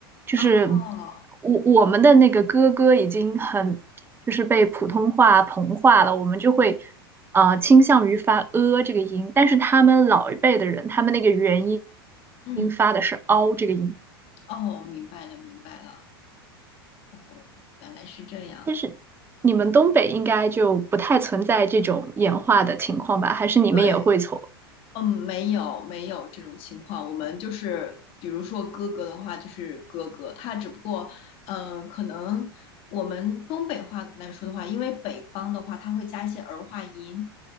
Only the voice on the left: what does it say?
哦，
嗯，
哦，明白了，明白了，哦，原来是这样。
对，嗯，没有没有这种情况，我们就是比如说哥哥的话，就是哥哥，他只不过，嗯、可能我们东北话来说的话，因为北方的话，他会加一些儿化音，